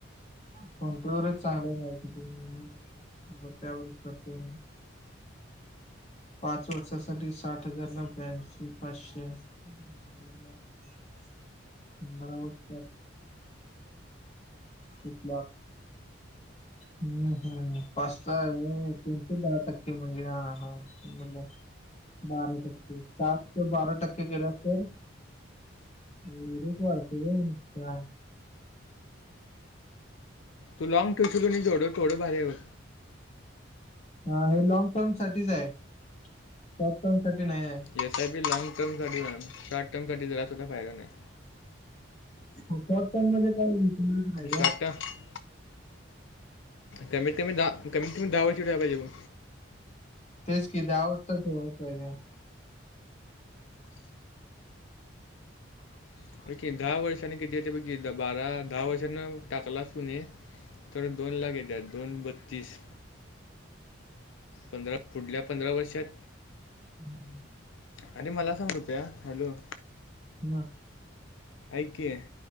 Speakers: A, on the left; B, on the left.
A: फोन पे वरच चांगलं <unintelligible> ए म्हणून त्यावरच करतो <unintelligible> पाच वर्षांसाठी साठ हजार नब्यांशी पाचशे <unintelligible> पंधरा वर्ष.... <unintelligible> बा हम्म हम्म... <unintelligible> दहा टक्के म्हणजे हा हा <unintelligible> बारा टक्के.. सातचं बारा टक्के केल्या तर <unintelligible>
B: तू लाँग ठेवशील का नाई जेवढं... केवढ भारी ये बग
A: हा.... हे लॉंग टर्म साठीच ए... शॉर्ट टर्म साठी नाहीये.
B: एस आय पी लॉंग टर्मसाठी <inaudible> शॉर्ट टर्मसाठी जरा सुद्धा फायदा नाय
A: शॉर्ट टर्म मध्ये काय <unintelligible> नाही रे
B: शॉर्ट टर्म कमीत कमी... दहा, कमीत कमी दहा वर्ष ठेवाय पाहिजे ब
A: तेच की दहा वर्ष <unintelligible> पाहिजे <unintelligible>
B: <unintelligible> दहा वर्षांनी किती येतय बघ की... बारा... दहा वर्षांतन टाकलास कनी तेवढ्यात दोन लाख येतात... दोन बत्तीस पंधरा... पुढल्या पंधरा वर्षात
A: <unintelligible>
B: आणि मला सांग रुप्या, हॅलो?
A: <unintelligible>
B: ऐक की...